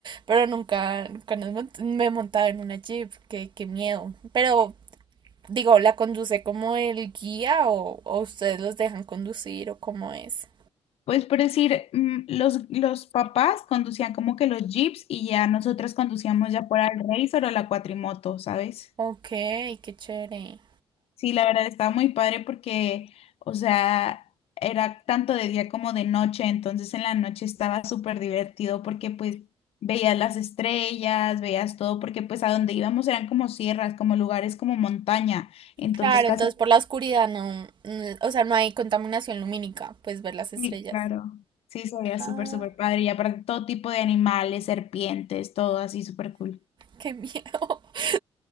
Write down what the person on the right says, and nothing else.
pero nunca, nunca nos mont- me montaba en una jeep, qué, qué miedo, pero Digo, ¿la conduce como el guía o, o ustedes los dejan conducir o cómo es?
Ok, qué chévere.
Claro,
entonces por la oscuridad no, mm, o sea, no hay contaminación lumínica, pues ver las estrellas.
Ah,
qué miedo. <laughs>